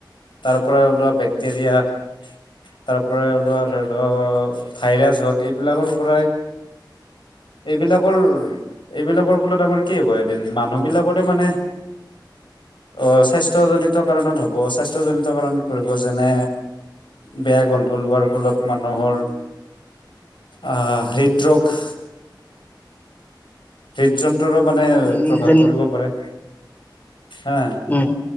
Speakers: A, on the left; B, on the left.
A: তাৰ পৰাই ওলোৱা বেক্টেৰিয়া তাৰ পৰাই ওলোৱা ধৰি লও ভাইৰাছ হওক এইবিলাকৰ পৰাই এইবিলাকৰ এইবিলাকৰ ফলত আমাৰ কি হ'ব এদিন মানুহবিলাকতে মানে অ' স্বাস্থ্যজনিত কাৰণত হ'ব স্বাস্থ্যজনিত কাৰণত পৰিব যেনে বেয়া গ্ৰন্থ লোৱাৰ ফলত মানুহৰ অ' হৃদৰোগ হৃদ। মানে
B: উম
A: প্ৰভাৱ
B: যেন
A: পৰিব পাৰে হা।
B: উম